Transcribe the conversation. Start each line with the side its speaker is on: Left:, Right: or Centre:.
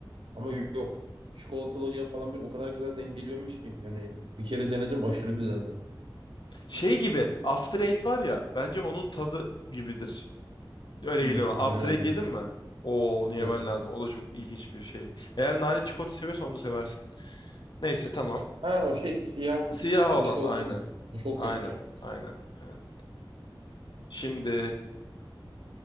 Right: Ama y- yok. Çikolatalıyla falan böyle o kadar güzel dengeliyormuş ki. Yani bir kere denedim aşırı güzeldi.
Left: Şey gibi After Eight var ya. Bence onun tadı gibidir. Öyle
Right: Hmm,
Left: geliyor bana. After
Right: denemedim
Left: Eight
Right: bilmiyorum.
Left: yedin mi? Oo onu yemen
Right: Yok.
Left: lazım. O da çok ilginç bir şey. Eğer nane çikolata seviyorsan onu seversin. Neyse tamam.
Right: Ha o şey siyah
Left: Siyah
Right: bir
Left: olan
Right: çikolata
Left: aynen.
Right: gibi. O Çok
Left: Aynen.
Right: kötü ya.
Left: Aynen. Aynen. Şimdi